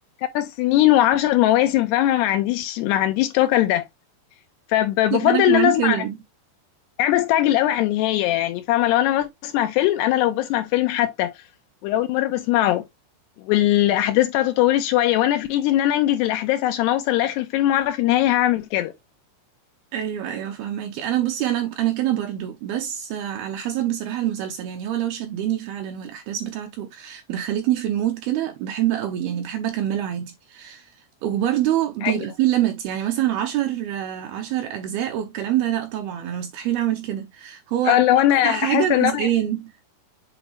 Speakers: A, on the left; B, on the right.
A: خمس سنين وعشر مواسم فاهمة ما عنديش ما عنديش طاقة لده فبفضل
B: انا كمان
A: ان انا اسمع
B: كده
A: يعني بستعجل قوي على النهاية يعني فاهمة لو انا بسمع فيلم انا لو بسمع فيلم حتى ولأول مرة بسمعه والأحداث بتاعته طولت شوية وأنا في إيدي إن أنا أنجز الأحداث عشان أوصل لآخر الفيلم وأعرف النهاية هعمل كده
B: ايوه ايوه فهماكي انا بصي انا انا كده برضو بس آه، على حسب بصراحه المسلسل يعني هو لو شدني فعلا والاحداث بتاعته دخلتني في المود كده بحب قوي يعني بحب اكمله عادي وبرضو بيبقى
A: أيوه
B: فيه ليميت يعني مثلا عشر آه، عشر اجزاء والكلام ده لا طبعا انا مستحيل اعمل كده هو
A: اه لو
B: اقصى
A: أنا
B: حاجه
A: حاسة إن
B: جزئين
A: هو